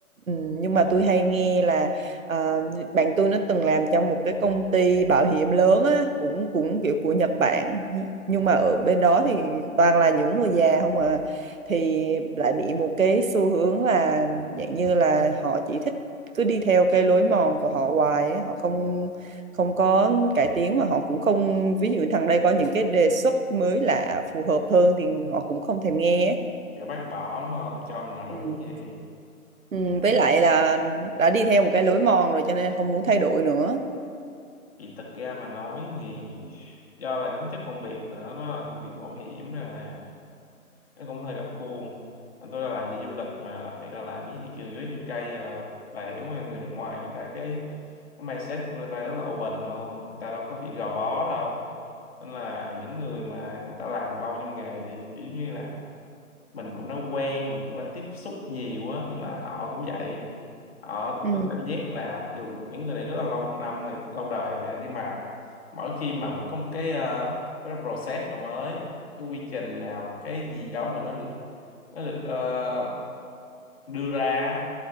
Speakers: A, on the right; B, on the left.
A: ừ, nhưng
B: ừ.
A: mà tôi hay nghe là ờ, bạn tôi nó từng làm trong một cái công ty bảo hiểm lớn á cũng cũng kiểu của Nhật Bản nhưng mà ở bên đó thì toàn là những người già không à thì lại bị một cái xu hướng là dạng như là họ chỉ thích cứ đi theo cái lối mòn của họ hoài ấy. Họ không không có cải tiến mà họ cũng không ví dụ thằng đây có những cái đề xuất mới lạ phù hợp hơn thì họ cũng không thèm nghe
B: kiểu bác bỏ lắm không cho mình là đúng
A: ấy.
B: vậy
A: Ừ,
B: nhưng mà
A: với lại là
B: à,
A: đã đi theo một cái lối mòn rồi cho nên không muốn thay đổi nữa
B: thì thật ra mà nói thì do là tính chất công việc nữa nó là công việc bảo hiểm nên là nó cũng hơi gặp khuôn còn tôi là làm về du lịch mà đặc biệt là làm với thị trường US UK và bà hiểu mà người nước ngoài người ta cái, cái mindset của người ta rất là open luôn người ta đâu có bị gò bó đâu nên là những người mà người ta làm lâu trong nghề thì kiểu như là mình cũng đã quen mình cũng đã tiếp xúc nhiều á nên là họ cũng vậy họ
A: ừ,
B: tôi cảm giác là mặc dù những người này rất là lâu năm rồi lâu đời nha nhưng mà mỗi khi mà một có một cái ờ, một cái process nào mới một cái quy trình nào một cái gì đó mà nó được nó được ờ, đưa ra á,